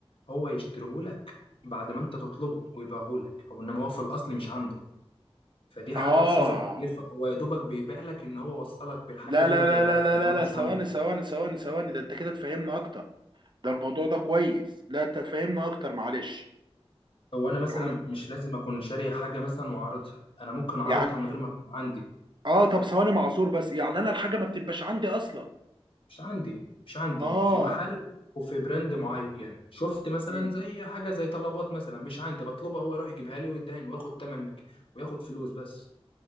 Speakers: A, on the left; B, on the right.
A: هو يشتريهولك بعد ما انت تطلبه ويبيعهولك هو انما هو في الاصل مش عنده فدي حاجه
B: اه
A: بصفر تكلفه هو يا دوبك بيبيع لك ان هو وصلك بالحاجه
B: لا
A: دي
B: لا
A: وجابها
B: لا لا
A: لك
B: لا
A: انما
B: لا لا
A: هو مش
B: ثواني
A: عنده
B: ثواني ثواني ثواني ده انت كده تفهمنا اكتر ده الموضوع ده كويس لا انت تفهمنا اكتر معلش
A: هو انا مثلا
B: يعني
A: مش لازم اكون شاري حاجه مثلا واعرضها انا ممكن اعرضها
B: يعني
A: من غير ما تكون عندي
B: اه طب ثواني معذور بس يعني انا الحاجه ما بتبقاش عندي اصلا
A: مش عندي مش عندي
B: اه
A: في محل وفي براند معين شفت مثلا
B: امم
A: زي حاجه زي طلبات مثلا مش عندي بطلبها هو يروح يجيبها لي ويدهن وياخد تمن ك- وياخد فلوس بس